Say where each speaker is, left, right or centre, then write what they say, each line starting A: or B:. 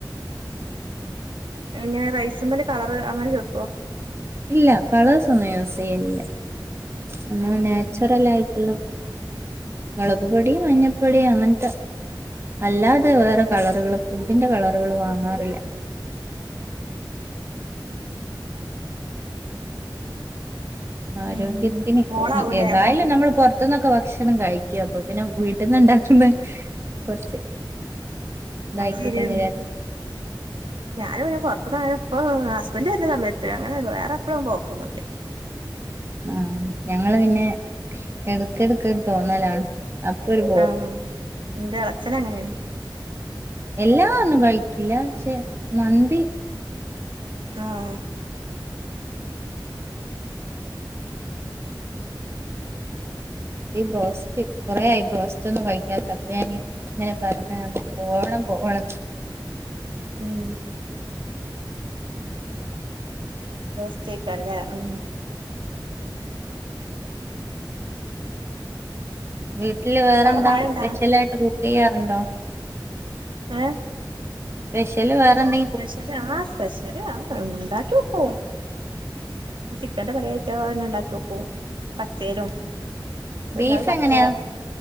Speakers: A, on the right (about 85°); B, on the right (about 30°).
A: എങ്ങനെ റൈസും മല കളർ അങ്ങനെ ചെർക്കുവോ
B: ഇല്ല കളേഴസ് ഒന്നും യൂസ് ചെയ്യില്ല അ
A: ഉം
B: നാച്ചുറൽ
A: ഉം ഉം
B: ആയിട്ടുള്ള മുളക് പൊടി മഞ്ഞപ്പൊടി അങ്ങനത്തെ അല്ലാതെ വേറെ കളറുകള് ഫുഡിന്റെ കളറുകള് വാങ്ങാറില്ല ആരോഗ്യത്തിന്
A: ഉം മോളാവൂലേ
B: ഏതായാലും
A: മോ
B: നമ്മൾ പുറ പൊറത്തന്നൊക്കെ ഭക്ഷണം കഴിക്കും അപ്പൊ പിന്നെ വീട്ടിൽന്നുണ്ടാക്കുന്ന കുറച്ച് ഇതായിക്കോട്ടെന്ന്
A: അത് ശരി
B: വിചാരിച്ച്
A: ഞാനൻ പിന്നെ പുറത്തു നാ ഇപ്പ ഹസ്ബന്ഡറ് വരുന്ന സമയത്ത് അങ്ങനെ വേറെ എപ്പഴും പോക്കുന്നുണ്ട
B: ആ ഞങ്ങള് പിന്നെ എടുക്ക എടുക്ക തോന്നലാണ് അപ്പരു
A: ആഹ ആ എന്റെ ഇളച്ചനങ്ങനെയാണ്
B: എല്ലാ ഒന്നും കഴിക്കില്ല പക്ഷെ മന്തി
A: ആഹ
B: ഇ ബ്രോസ്റ്റ് കൊറ ആായി ബ്രോസ്റ്റ് ഒന്നും കഴിക്കാത്ത അപ്പ ഞാന അങ്ങനെ പറഞ്ഞ ഞാ പോണം പോണം
A: ഉം റോസ്റ്റയ്ക്കാരം ലെ ഉ
B: വീട്ടില് വേറെന്താ
A: അവിടെ മഴണ്ടാ
B: സ്പെഷ്യൽ ആയിട്ട് കുക്ക് ചെയ്യാറുണ്ടോ
A: ഏ
B: സ്പെഷല് വേറെ എന്തെലും
A: സ്പെഷ്യല് ആ സ്പെഷ്യല് ആ ഉണ്ടാക്കി ക്കും ചിക്കന്റെ പലറ്റെ ഉണ്ടാക്കി നോക്കൂ പച്ചേയിലും
B: ബീഫ്
A: എന്നാല് പച്ച
B: എങ്ങനെയാ